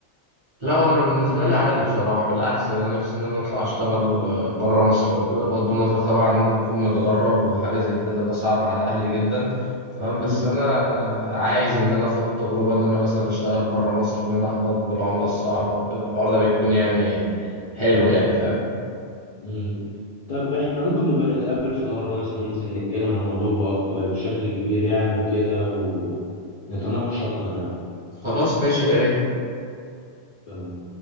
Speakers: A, on the right; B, on the left.
A: لا هو انا بالنسبه لي عادي بصراحه بالعكس انا نفسي ان انا اطلع اشتغل بره مصر او كده بغض النظر طبعا ان انا اكون متغرب وحاجه زي كده تبقى صعبه على اهلي جدا تمام بس
B: مم.
A: انا آه، عايز ان انا اخد تجربه ان انا مثلا اشتغل بره مصر ان انا اقبض بالعمله الصعبه وكده الحوار ده بيكون يعني حلو يعني فاهم
B: مم. طب احنا ممكن نبقى نتقابل في مره مثلا ننزل نتكلم عن الموضوع بأك- بشكل كبير يعني وكده ونتناقش اكتر يعني
A: خلاص ماشي يا ريت
B: تمام